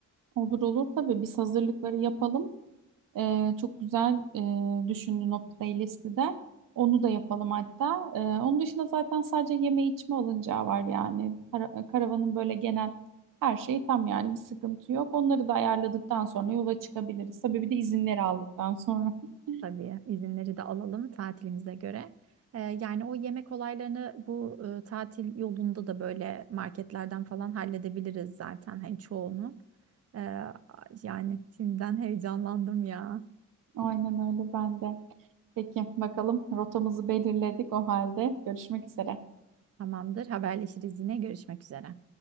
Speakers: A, on the right; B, on the right.
A: Olur olur tabii biz hazırlıkları yapalım. Ee, çok güzel e, düşündün o playlisti de. Onu da yapalım hatta. Ee, onun dışında zaten sadece yeme içme alınacağı var yani. Kara- karavanın böyle genel her şeyi tam yani bir sıkıntı yok. Onları da ayarladıktan sonra yola çıkabiliriz. Tabii bir de izinleri aldıktan sonra.
B: <laughs>
A: <laughs>
B: Tabii izinleri de alalım tatilimize göre. Ee, yani o yemek olaylarını bu e, tatil yolunda da böyle marketlerden falan halledebiliriz zaten hani çoğunu. Ee, yani şimdiden heyecanlandım ya.
A: Aynen öyle ben de. Peki bakalım rotamızı belirledik o halde. Görüşmek üzere.
B: Tamamdır haberleşiriz yine görüşmek üzere.